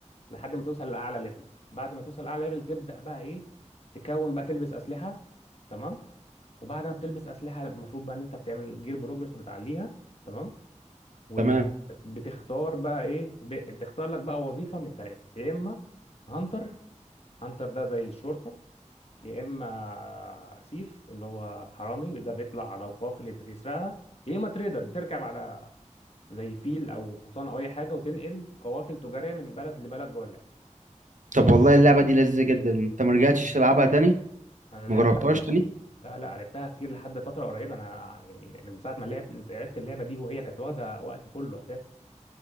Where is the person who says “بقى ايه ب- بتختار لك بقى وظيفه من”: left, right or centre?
Left